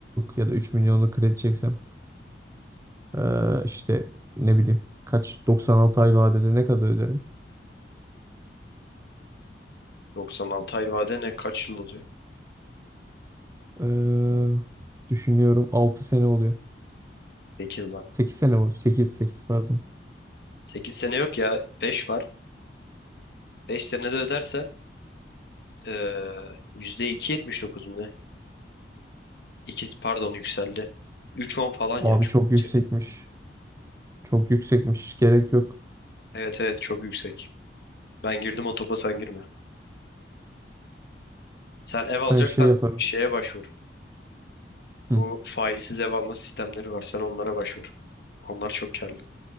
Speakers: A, on the right; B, on the left.
A: ya da 3 milyonluk kredi çeksem ee, işte ne bileyim kaç 96 ay vadede ne kadar öderim?
B: 96 ay vade ne kaç yıl oluyor?
A: Ee, düşünüyorum 6 sene oluyor.
B: 8 lan.
A: sekiz sene oldu. sekiz sekiz pardon.
B: 8 sene yok ya. 5 var. 5 senede ödersen eee yüzde iki virgül yetmiş dokuz mu ne? 2, pardon yükseldi. Üç virgül on falan
A: Abi
B: ya çok
A: çok
B: yüksek.
A: yüksekmiş. Çok yüksekmiş. Hiç gerek yok.
B: Evet evet çok yüksek. Ben girdim o topa sen girme. Sen ev alacaksan
A: Ben şey yaparım.
B: şeye başvur.
A: Hı.
B: Bu faizsiz ev alma sistemleri var. Sen onlara başvur. Onlar çok karlı.